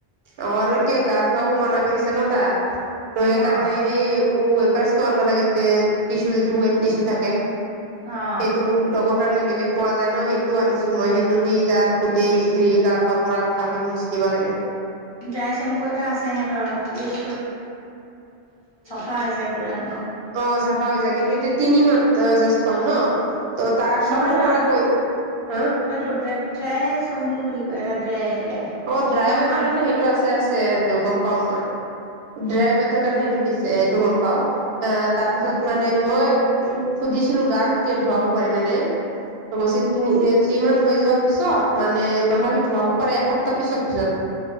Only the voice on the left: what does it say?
অ
অ
ড্ৰাই চেম্পু এটা আছে সিহঁতৰ ইউজ পোৱা হৈ যায় পুৰাণ
নহয় নহয়
সেইটো ড্ৰাই ড্ৰাই চেম্পু বুলি কয় এটা ড্ৰাই ড্ৰাই
মানে
পানীটো
ফৰ্ম
অ